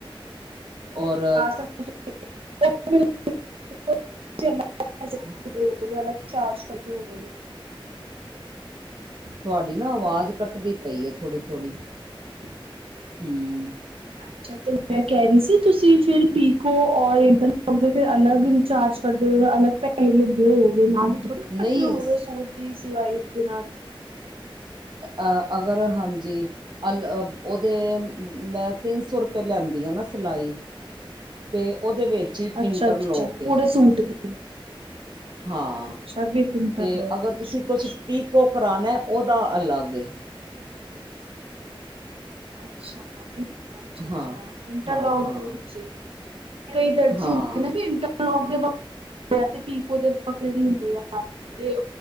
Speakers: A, on the right (about 55°); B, on the right (about 80°).
A: ਔਰ
B: <unintelligible>
A: <unintelligible>
B: <unintelligible> ਵਿ ਅਲੱਗ ਚਾਰਜ ਕਰਦੇ ਹੋ
A: ਤੁਹਾਡੀ ਨਾ ਆਵਾਜ਼ ਕੱਟਦੀ ਪਈ ਹੈ ਥੋੜ੍ਹੀ ਥੋੜ੍ਹੀ ਹਮ
B: ਅੱਛਾ ਤੇ ਮੈਂ ਕਹਿ ਰਹੀ ਸੀ ਤੁਸੀਂ ਫਿਰ ਪੀਕੋ ਔਰ ਇੰਟਰਲੋਕ ਦੇ ਫ ਅਲੱਗ ਰਿਚਾਰਜ ਕਰਦੇ ਹੋ ਅਲੱਗ ਪੈਸੇ ਲੈਂਦੇ ਹੋਗੇ ਨਾਲ ਹੀ ਥੋੜ੍ਹੀ
A: ਨਹੀਂ
B: ਕਰਦੇ ਹੋਗੇ ਸੂਟ ਦੀ ਸਿਵਾਏ ਦੇ ਨਾਲ
A: ਅਹ ਅਗਰ ਹਾਂਜੀ ਅ ਉਹਦੇ ਮੈਂ ਤਿੰਨ ਸੌ ਰੁਪਏ ਲੈਂਦੀ ਆ ਨਾ ਸਿਲਾਈ ਤੇ ਉਹਦੇ ਵਿੱਚ ਹੀ
B: ਅੱਛਾ-ਅੱਛਾ
A: ਇੰਟਰਲੋਕ ਹੈ‌।
B: ਪੂਰੇ ਸੂਟ ਦੀ
A: ਹਾਂ
B: ਅੱਛਾ ਵਿਦ ਇੰਟਰਲੋਕ
A: ਤੇ ਅਗਰ
B: ਅੱਛਾ-ਅੱਛਾ।
A: ਤੁਸੀਂ ਕੁਛ ਪੀ ਪੀਕੋ ਕਰਾਉਣਾ ਹੈ ਉਹਦਾ ਅਲੱਗ ਏ।
B: ਅੱਛਾ ਅੱਛਾ
A: ਹਾਂ
B: ਅੱਛਾ ਇੰਟਰਲੋਕ
A: ਹਾਂ ਹਾਂ
B: ਦੇ ਵਿੱਚ ਹੀ ਹੈ। ਕਈ ਦਰਜ਼ੀ
A: ਹਾਂ
B: ਹੁੰਦੇ ਨਾ ਕੀ ਇੰਟਰਲੋਕ ਇੰਟਰਲਾਕ ਦੇ ਵੱਖਰੇ ਲੈਂਦੇ ਐ ਤੇ ਪੀਕੋ ਦੇ ਵਖਰੇ ਲੈਂਦੇ ਐ ਤੇ